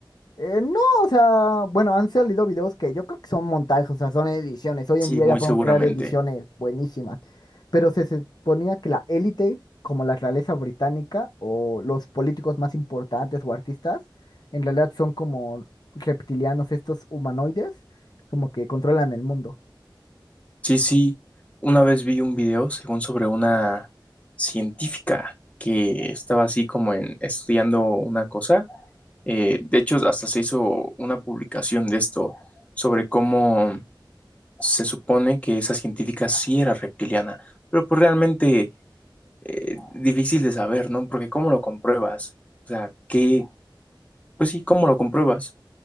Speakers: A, on the left; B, on the left.
A: Eh, no, o sea, bueno, han salido videos que yo creo que son montajes, o sea, son ediciones. Hoy
B: Sí,
A: en día
B: muy
A: ya podemos
B: seguramente.
A: crear ediciones buenísimas, pero se suponía que la élite, como la realeza británica o los políticos más importantes o artistas, en realidad son como reptilianos, estos humanoides, como que controlan el mundo.
B: Sí, sí, una vez vi un video, según sobre una científica que estaba así como en, estudiando una cosa Eh, de hecho, hasta se hizo una publicación de esto sobre cómo se supone que esa científica sí era reptiliana, pero pues realmente eh, difícil de saber, ¿no? Porque ¿cómo lo compruebas? O sea, ¿qué? Pues sí, ¿cómo lo compruebas?